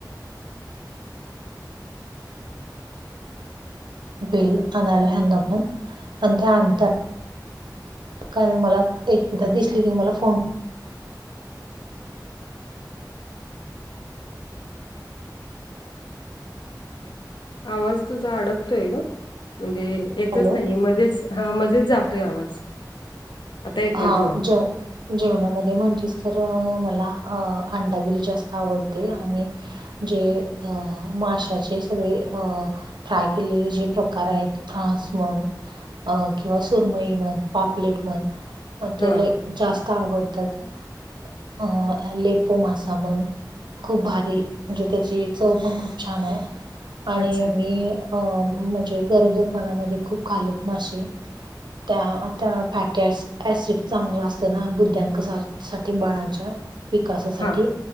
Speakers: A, on the right; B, on the left.
A: बिल आणायला ह्यांना पण आणि ते आणतात. कारण मला एकदा दिसली की मला फोन
B: आवाज तुझा अडकतोय ग म्हणजे येतच
A: हॅलो
B: नाहीये मध्येच हा मजेच जातोय आवाज आता येतोय
A: हा
B: बोल
A: जेऊ. जेवणामध्ये म्हणजेच तर मला अ अंडागिरी जास्त आवडते आणि जे अ माशाचे सगळे अ फ्राय केलेले जे प्रकार आहेत फ्रानस मण अ किंवा सुरमई म्हण पापलेट म्हण
B: हा
A: ते लै जास्त आवडतात अं लेपो मासा म्हण. खूप भारी म्हणजे त्याची चव पण खूप छान आहे. आणि
B: अच्छा
A: मी अं म्हणजे गरोदरपणामध्ये खूप खालेत मासे. त्या त्या फॅटी ॲसिड चांगला असत ना बुद्ध्यांक साठी बाळांच्या विकासासाठी
B: हा